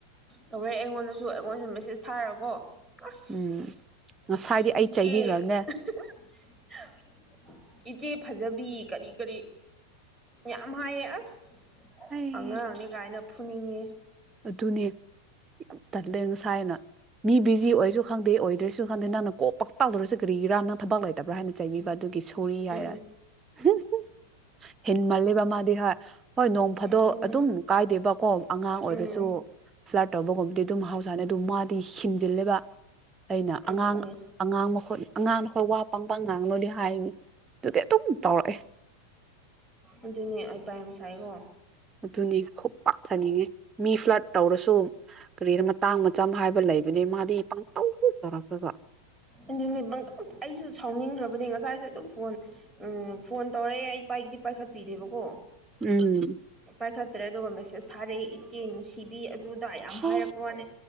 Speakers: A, in the centre; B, on the right.
A: ꯇꯧꯔꯦ ꯑꯩꯉꯣꯟꯗꯁꯨ ꯑꯩꯉꯣꯟꯗꯁꯨ ꯃꯦꯁꯦꯁ ꯊꯥꯔꯀꯣ ꯑꯁ
B: ꯎꯝ ꯉꯁꯥꯏꯗꯤ ꯑꯩ
A: ꯏꯆꯦ
B: ꯆꯩꯕꯤꯈ꯭ꯔꯕꯅꯦ
A: <unintelligible> ꯏꯆꯦ ꯐꯖꯕꯤ ꯀꯔꯤ ꯀꯔꯤ ꯌꯥꯝ ꯍꯥꯏꯌꯦ ꯑꯁ
B: ꯑꯩ
A: ꯑꯉꯥꯡꯅꯦ ꯀꯥꯏꯅ ꯐꯨꯅꯤꯡꯉꯤ
B: ꯑꯗꯨꯅꯦ ꯌꯥꯝ ꯇꯜꯂꯦ ꯉꯁꯥꯏꯅ ꯃꯤ ꯕꯤꯖꯤ ꯑꯣꯏꯁꯨ ꯈꯪꯗꯦ ꯑꯣꯏꯗ꯭ꯔꯦꯁꯨ ꯈꯪꯗꯦ ꯅꯪꯅ ꯀꯣꯜ ꯄꯛꯇꯧ ꯇꯩꯔꯤꯁꯦ ꯀꯔꯤꯒꯤꯔꯥꯅꯪ ꯊꯕꯛ ꯂꯩꯇꯕ꯭ꯔꯥ ꯍꯥꯏꯅ ꯆꯩꯕꯤꯕ ꯑꯗꯨꯒꯤ ꯁꯣꯔꯤ
A: ꯎꯝ
B: ꯍꯥꯏꯔꯦ <unintelligible> ꯍꯦꯟꯃꯜꯂꯦꯕ ꯃꯥꯗꯤ ꯍꯣꯏ ꯍꯣꯏ ꯅꯣꯡ ꯐꯥꯗꯣꯛ
A: ꯑꯗꯨꯅꯦ
B: ꯑꯗꯨꯝ ꯀꯥꯏꯗꯦꯕꯀꯣ ꯑꯉꯥꯡ ꯑꯣꯏꯔꯁꯨ
A: ꯎꯝ
B: ꯐ꯭ꯂꯥꯔꯠ ꯇꯧꯕꯒꯨꯝꯕꯗꯤ ꯑꯗꯨꯝ ꯃꯍꯥꯎꯁꯥꯅꯤ ꯑꯗꯨ ꯃꯥꯗꯤ ꯍꯤꯡꯖꯤꯜꯂꯦꯕ ꯑꯩꯅ
A: ꯑꯗꯨꯅꯦ
B: ꯑꯉꯥꯡ ꯑꯉꯥꯡ ꯃꯈꯨꯠ ꯑꯉꯥꯡꯅꯈꯣꯏ ꯋꯥ ꯄꯪꯄꯪ ꯉꯥꯡꯒꯅꯣꯗꯤ ꯍꯥꯏꯅꯤ ꯑꯗꯨꯒꯤ ꯑꯗꯨꯝ ꯇꯧꯔꯛꯑꯦ
A: ꯑꯗꯨꯅꯦ ꯑꯩ ꯄꯥ ꯌꯥꯝ ꯁꯥꯏꯀꯣ
B: ꯑꯗꯨꯅꯤ ꯈꯨꯄꯥꯛꯊꯅꯤꯡꯉꯤ ꯃꯤ ꯐ꯭ꯂꯔꯠ ꯇꯧꯔꯁꯨ ꯀꯔꯤꯔ ꯃꯇꯥꯡ ꯃꯆꯝ ꯍꯥꯏꯕ ꯂꯩꯕꯅꯦ ꯃꯥꯗꯤ ꯄꯪꯇꯧ ꯇꯧꯔꯛꯇ꯭ꯔꯕ
A: ꯑꯗꯨꯅꯦ ꯄꯪꯇꯧ ꯑꯩꯁꯨ ꯁꯥꯎꯅꯤꯡꯈ꯭ꯔꯕꯅꯦ ꯉꯁꯥꯏꯁꯨ ꯑꯗꯨꯝ ꯐꯣꯟ ꯎꯝ ꯐꯣꯟ ꯇꯧꯔꯛꯑꯦ ꯑꯩ ꯄꯥꯏ ꯄꯥꯏꯈꯠꯄꯤꯗꯦꯕꯀꯣ
B: ꯎꯝ
A: ꯄꯥꯏꯈꯠ ꯇ꯭ꯔꯦ ꯑꯗꯨꯒ ꯃꯦꯁꯦꯁ ꯊꯥꯔꯛꯏ ꯏꯆꯦ ꯅꯨꯡꯁꯤꯕꯤ ꯑ ꯑꯗꯨꯗ ꯌꯥꯝ
B: ꯍꯥ
A: ꯍꯥꯏꯔꯛꯄ ꯋꯥꯅꯦ